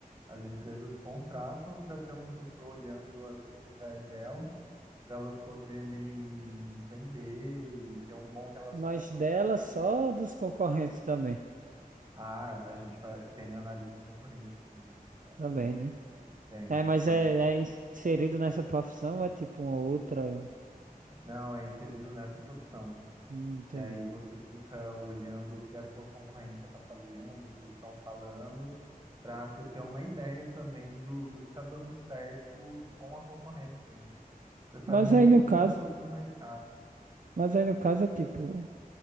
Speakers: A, on the right (about 30°); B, on the right (about 60°).
A: As empresas contratam para ter uma pessoa olhando as redes sociais dela, para elas poderem vender e ter um bom relacionamento
B: Mas dela
A: com o público.
B: só dos concorrentes também.
A: Ah, a gente fa- tem análise de concorrente também. É,
B: Também, né?
A: Tem,
B: É, mas
A: tem.
B: é, é inserido nessa profissão ou é tipo uma outra?
A: Não, é inserido nessa profissão.
B: Hum, entendi.
A: E aí você fica olhando o que a tua concorrência está fazendo, o que eles estão falando, para você ter uma ideia também do, do que está dando certo com a concorrência. né? Você faz
B: Mas
A: meio
B: aí no
A: que
B: caso,
A: um estudo de mercado.
B: mas aí no caso é tipo